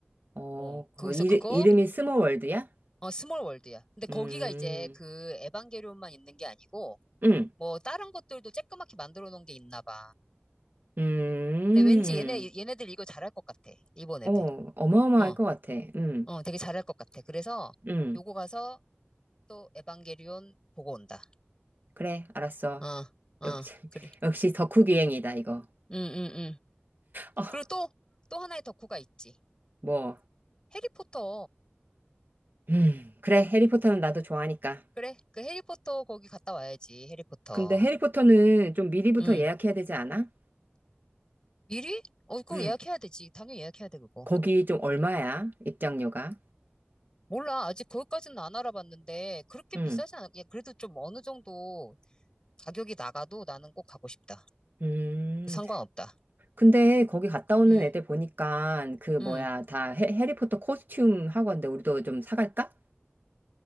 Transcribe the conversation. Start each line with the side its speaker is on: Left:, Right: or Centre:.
Right: 어,
Left: 어,
Right: 어,
Left: 거기서
Right: 이르,
Left: 그거,
Right: 이름이 스모월드야?
Left: 어, 스몰 월드야. 근데 거기가
Right: 음,
Left: 이제 그 에반게리온만 있는 게 아니고,
Right: 음,
Left: 뭐, 다른 것들도 쬐끄맣게 만들어 놓은 게 있나 봐.
Right: 음,
Left: 근데 왠지 얘네, 얘네들 이거 잘할 것 같아. 일본 애들.
Right: 어, 어마어마할
Left: 어,
Right: 것 같아. 음,
Left: 어, 되게 잘할 것 같아. 그래서
Right: 음.
Left: 요거 가서 또 에반게리온 보고 온다.
Right: 그래, 알았어.
Left: 아, 아,
Right: 역시, <laughs>
Left: 그래.
Right: 역시 덕후 기행이다, 이거.
Left: 응, 응, 응.
Right: 어
Left: 그리고 또, 또 하나의 덕후가 있지.
Right: 뭐,
Left: 해리포터.
Right: 음, 그래, 해리포터는 나도 좋아하니까.
Left: 그래, 그 해리포터 거기 갔다 와야지, 해리포터.
Right: 근데 해리포터는 좀 미리부터
Left: 응.
Right: 예약해야 되지 않아?
Left: 미리? 어, 그거
Right: 응.
Left: 예약해야 되지. 당연히 예약해야 돼, 그거.
Right: 거기 좀 얼마야? 입장료가?
Left: 몰라. 아직 거기까지는 안 알아봤는데, 그렇게
Right: 응.
Left: 비싸진 않아. 야, 그래도 좀 어느 정도 가격이 나가도 나는 꼭 가고 싶다.
Right: 음,
Left: 그 상관없다.
Right: 근데 거기 갔다 오는
Left: 응,
Right: 애들 보니까 그 뭐야,
Left: 응.
Right: 다 해, 해리포터 코스튬 하고 왔는데 우리도 좀 사갈까?